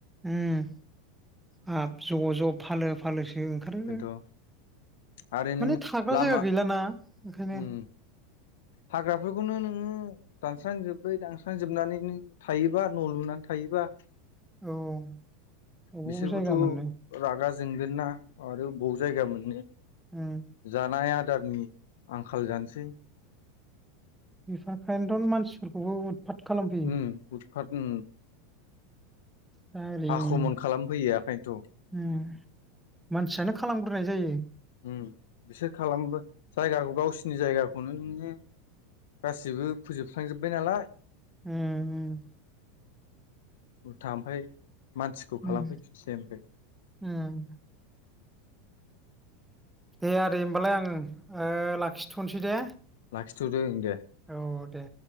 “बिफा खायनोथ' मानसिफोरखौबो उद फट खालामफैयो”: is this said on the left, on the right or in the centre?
Centre